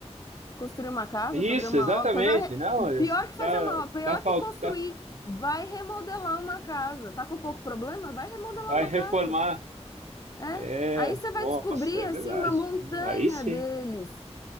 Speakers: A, on the left; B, on the right.
A: Construir uma casa,
B: Isso,
A: fazer uma
B: exatamente.
A: obra. Fazer uma re-
B: Não, isso
A: Pior que fazer
B: tá,
A: uma obra, pior
B: tá, fal-
A: que construir.
B: tá,
A: Vai remodelar uma casa. Tá com pouco problema? Vai remodelar
B: vai
A: uma
B: reformar.
A: casa. É.
B: É,
A: Aí você vai
B: nossa,
A: descobrir
B: é
A: assim
B: verdade.
A: uma montanha
B: né? Aí sim.
A: deles.